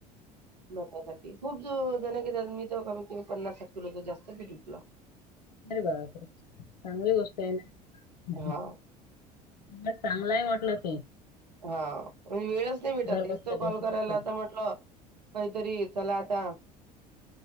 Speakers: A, on the right; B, on the left.
A: मसासाठी खूप जण घ मी तर कमी कमी पन्नास साठ किलो जास्त पीठ विकलं
B: अरे बार चांगली गोष्टत आहे ना
A: हा
B: मला चांगलाय म्हटलं तू
A: हा म्हजे वेळच नाही भेटत
B: घर
A: एक
B: बसल्या
A: तर कॉल
B: बिसल्या
A: करायला तर म्हटलं काहीतरी चला आता